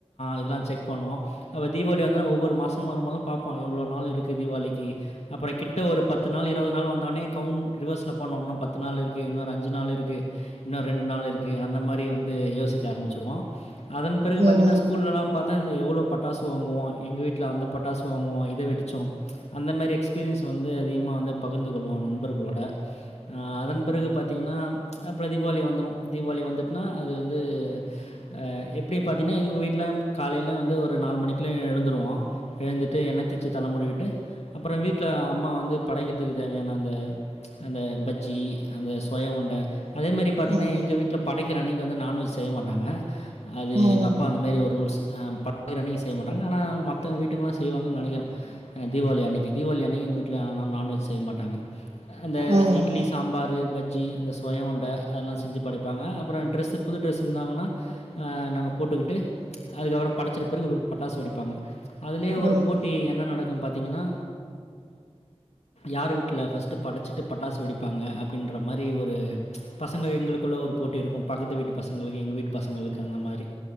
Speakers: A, on the left; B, on the right.
A: இதெலாம் செக் பண்ணுவோ அப்ப தீபாவளி வந்தோனே ஒவ்வொரு மாசம் வரும்போதும் பாப் ப்போ எவ்ளோ நாள் இருக்கு தீவாளிக்கு அப்புறம் கிட்ட ஒரு பத்து நாள் இருபது நாள் வந்தோனே கவுண்ட் ரிவர்ஸ்ல பண்ணுவோ இன்னோ பத்து நாள் இருக்கு இன்னு ஒரு அஞ்சு நாள் இருக்கு இன்னோ ரெண்டு நாள் இருக்கு அந்த மாரி யோசிக்க ஆரம்பிச்சிருவோ அதன் பிறகு பாத்தீங்கன்னா
B: ம்
A: ஸ்கூல் ஏல்லாம் பாத்தா எவ்ளோ பட்டாசு வாங்குவோ எங்க வீட்ல அந்த பட்டாசு சு வாங்குவோ இத வெடிச்சோம் அந்த மாரி எக்ஸ்பீரியன்ஸ் வந்து அதிகமா வந்து பகிர்ந்து கொள்வோ நண்பர்களோட அதன் பிறகு பாத்தீங்கன்னா அப்புறம் தீபாவளி வந்துரும் தீபாவளி வந்துட்டுனா அது வந்து ஆ எப்டி பாரத்தீங்கன்னா எங்க வீட்டுல காலையில வந்து ஒரு நாலு மணிக்குலா எழுந்துருவோ எழுந்துட்டு என்னதேச்சு தல முழுவிட்டு அப்புறம் வீட்ல அம்மா வந்து படைக்கிறதுக்கு தேவையான அந்த அந்த பஜ்ஜி அந்த சூவைய்யோ உருண்ட அதே மாரி பாத்தீங்கன்னா
B: ம்
A: எங்க வீட்ல படைக்கிற அன்னைக்கு வந்து நான்வெஜ் செய்ய மாட்டாங்க அது
B: ம்
A: எங்க அப்பா அந்த மேரி ஒரு ரூல்ஸ் படைக்கிற அன்னைக்கு செய்ய மாட்டாங்க ஆனா மத்த வீட்ட வீட்டுங்கல்லலா செய்வாங்கு நெனைக்கிறே தீவாளி அன்னைக்கு தீவாளி அன்னைக்கு எங்க வீட்டில ஆனா நான்வெஜ் செய்ய மாட்டாங்க அந்த
B: ம்
A: இட்லி சாம்பார்ரு பஜ்ஜி அந்த சூய்யோ உருண்ட அதெல்லா செஞ்சு படைப்பாங்க அப்புறம் ட்ரெஸ்ஸு புது ட்ரெஸ் இருந்தாங்கன்னா நாங்க போட்டுக்கிட்டு அதுக்கப்புறம் படைச்சிட்ட பிறகு பட்டாசு வெடிப்பாங்க அதுலேயே ஒரு
B: ம்
A: போட்டி என்ன நடக்கும் பாத்தீங்கன்னா யார் வீட்டில ஃபர்ஸ்ட்டு படைச்சிட்டு பட்டாசு வெடிப்பாங்க அப்டின்ற மாரி ஒரு பசங்க எங்களுக்குள்ள ஒரு போட்டி இருக்கும் பக்கத்து வீட்டு பசங்களுக்கு எங்க வீட்டு பசங்களுக்கு அந்த மாரி